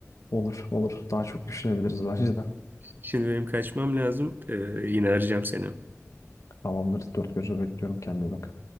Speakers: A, on the left; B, on the right.
A: olur olur daha çok düşünebiliriz bence de.
B: Şimdi benim kaçmam lazım. E, yine arayacağım seni.
A: Tamamdır dört gözle bekliyorum kendine iyi bak.